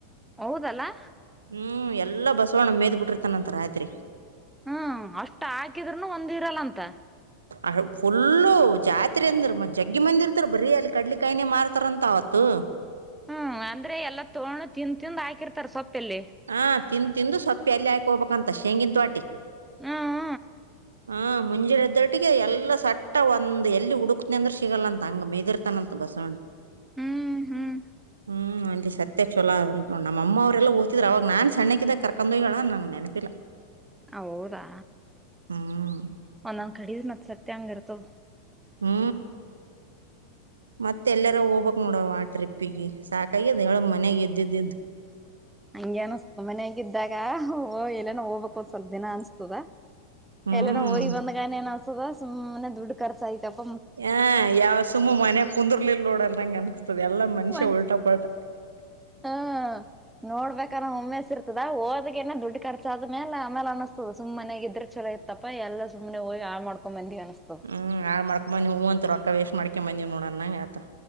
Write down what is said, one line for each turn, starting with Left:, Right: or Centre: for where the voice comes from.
Centre: ಹೌದಲ್ಲಾ.
Right: ಹ್ಮ್ ಎಲ್ಲಾ ಬಸವಣ್ಣ ಮೇದ್ ಬಿಟ್ಟಿರ್ತಾನಂತ ರಾತ್ರಿ.
Centre: ಹ್ಮ್ ಅಷ್ಟ್ ಹಾಕಿದ್ರುನು ಒಂದ್ ಇರಲ್ಲ ಅಂತ.
Right: ಅ ಫುಲ್ಲು ಜಾತ್ರೀ ಅಂದ್ರ ಮತ್ತ್ ಜಗ್ಗಿ ಮಂದಿ ಇರ್ತಾರ ಬರೀ ಅಲ್ಲಿ ಕಡ್ಲಿ ಕಾಯಿನೇ ಮಾರ್ತಾರಂತ ಅವತ್ತು.
Centre: ಹ್ಮ್ ಅಂದ್ರೆ ಎಲ್ಲಾ ತೊಂಡ ತಿಂದ ತಿಂದ ಹಾಕಿರ್ತಾರ ಸೊಪ್ಪ ಏಲ್ಲಿ.
Right: ಹಾ ತಿಂದು ತಿಂದು ಸ್ವಪ್ಪಿ ಅಲ್ಲಿ ಹಾಕ ಹೋಗಬೇಕಂತ ಶೇಂಗಿನ್ ತ್ವಾಟಿ.
Centre: ಹ್ಮ್ ಹ್ಮ
Right: ಹ ಮುಂಜೆನ್ ಏದ್ದಟ್ಟಿಗೆ ಎಲ್ಲ ಸಟ್ಟ ಒಂದ ಎಲ್ಲಿ ಹುಡುಕ್ನ ಅಂದ್ರ ಸಿಗಲ್ಲಂತ ಹಂಗ ಮೆದಿರ್ ತನಂತ ಬಸವಣ್ಣ
Centre: ಹ್ಮ್ ಹ್ಮ್
Right: ಹ್ಮ್ ಅಲ್ಲಿ ಸ ಮತ್ತೆ ಚಲೋ ಅದತ್ ನೊಂಡು ನಮ್ಮ ಅಮ್ಮ ಅವ್ರೆಲ್ಲ ಹೊತಿದ್ರು ಅವಾಗ ನನ್ ಸಣ್ಣ ಆಕಿದಾಗ ಕರಕೊಂಡ್ ಹೋಗ್ಯಾಲ ನನಗೆ ನೆನಪಿಲ್ಲ.
Centre: ಹೌದಾ
Right: ಹ್ಮ್
Centre: ಒಂದೊಂದು ಕಡಿದ್ ಮತ್ತ್ ಸತ್ಯ ಹಂಗ ಇರ್ತದ್
Right: ಹ್ಮ್ ಮತ್ತೆ ಎಲ್ಲಾರು ಹೋಗ್ಬೇಕ್ ನೋಡವ ಆ ಟ್ರಿಪ್ಪಿಗೆ ಸಾಕಾಗದ್ ಹೇಳ ಮನೆಗೆ ಇದ್ದಿದ್ದು.
Centre: ಹಂಗೆ ಅನಿಸತದ್ ಮನ್ಯಾಗಿದ್ದಾಗ ಎಲ್ಲಾನ ಹೋಗ್ಬೇಕ್ ಒಂದ್ ಸ್ವಲ್ಪ ದಿನ ಅನ್ಸತ್ತದ.
Right: ಹ್ಮ್
Centre: ಎಲ್ಲನ ಹೋಗಿ ಬಂದಗಾನ ಏನ್ ಅನ್ಸದ ಸುಮ್ಮನೆ ದುಡ್ಡು ಕರ್ಚ್ ಆಯತಪ್ಪ
Right: ಆ ಯಾವ ಸುಮ್ಮ ಮನೆ ಕುಂದರ್ಲಿಲ್ ನೋಡನಂಗ್ ಅನ್ಸ್ತದೆ ಎಲ್ಲಾ ಮನುಷ್ಯ
Centre: ಮನೆ
Right: ಉಲ್ಟಾಪಾಲ್ಟ.
Centre: ಹಾ ನೋಡ್ಬೇಕಾನ ಒಮ್ಮೆ ಇರ್ತದಾ ಹೋಗಿ ಏ ದುಡ್ಡು ಖರ್ಚಾದ ಆದ್ಮೇಲೆ ಆಮೇಲೆ ಅನಸ್ತದೆ ಸುಮೆ ಮನೆಗಿದ್ರಾ ಇದ್ರೆ ಚಲೋ ಇತ್ ತಪಾ ಎಲ್ಲಾ ಸುಮ್ಮನೆ ಹೋಗಿ ಹಾಳ್ ಮಾಡಿಕೊಂಡು ಬಂದಿವಿ ಅನಿಸ್ತಾದ.
Right: ಹ್ಮ್ ಹಾಳು ಮಾಡಿಕೊಂಡು ಬಂದೀನಿ ಹ್ಮ್ ರೊಕ್ಕ ವೇಸ್ ಮಾಡ್ಯಕ್ ಬಂದಂಗ ಆಯ್ತು